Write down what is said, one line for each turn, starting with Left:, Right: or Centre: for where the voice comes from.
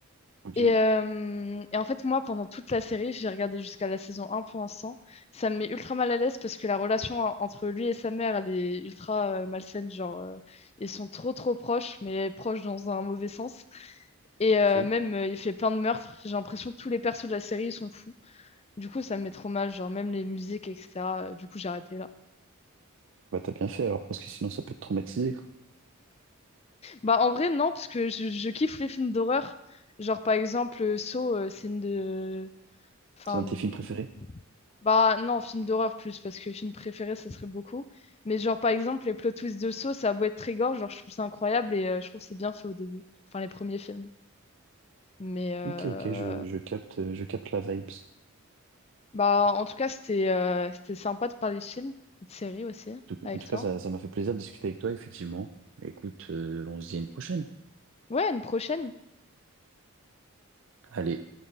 Right: ok,
Left: Et, euh, et en fait, moi, pendant toute la série, j'ai regardé jusqu'à la saison un pour l'instant. Ça me met ultra mal à l'aise parce que la relation en- entre lui et sa mère, elle est ultra euh, malsaine. Genre, euh, ils sont trop, trop proches, mais proches dans un mauvais sens. Et euh,
Right: ok.
Left: même, euh, il fait plein de meurtres. J'ai l'impression que tous les persos de la série, ils sont fous. Du coup, ça me met trop mal, genre, même les musiques, etc. Du coup, j'ai arrêté là.
Right: Bah, t'as bien fait alors, parce que sinon ça peut te traumatiser, quoi.
Left: Bah, en vrai, non, parce que je, je kiffe les films d'horreur. Genre, par exemple, euh, Saw, euh, c'est une de. Enfin,
Right: C'est un de
Left: d-
Right: tes films préférés?
Left: bah, non, film d'horreur plus, parce que film préféré, ça serait beaucoup. Mais, genre, par exemple, les plot twists de Saw, ça a beau être très gore, genre, je trouve ça incroyable et euh, je trouve que c'est bien fait au début. Enfin, les premiers films. Mais, euh,
Right: Ok, ok, je, je capte, je capte la vibes.
Left: bah, en tout cas, c'était euh, c'était sympa de parler de films et de séries aussi,
Right: tout-
Left: avec
Right: En tout
Left: toi.
Right: cas, ça, ça m'a fait plaisir de discuter avec toi, effectivement. Écoute, euh, on se dit à une prochaine.
Left: Ouais, à une prochaine.
Right: Allez.